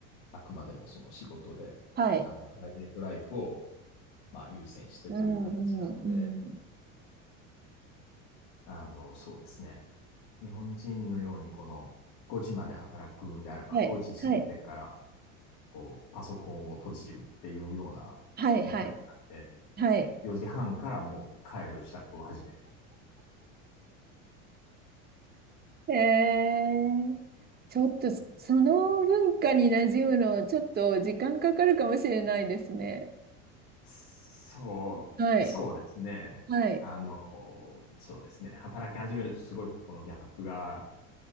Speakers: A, on the left; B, on the right.
A: あくまでもその仕事で、
B: はい。
A: あの、プライベートライフを、まあ、優先してという形なので、
B: うんうんうん。
A: あの、そうですね。日本人のように、この5時まで働くんであれば、
B: はい。
A: 5時過ぎてから
B: はい。
A: こう、パソコンを閉じるっていうような文化ではなくて、
B: はい。はい。はい。
A: 4時半からもう帰る支度を始める。
B: えー、ちょっとそその文化に馴染むの、ちょっと時間かかるかもしれないですね。
A: そう、
B: はい。
A: そうですね。
B: はい。
A: あの、そうですね。働き始めるとすごいここのギャップが、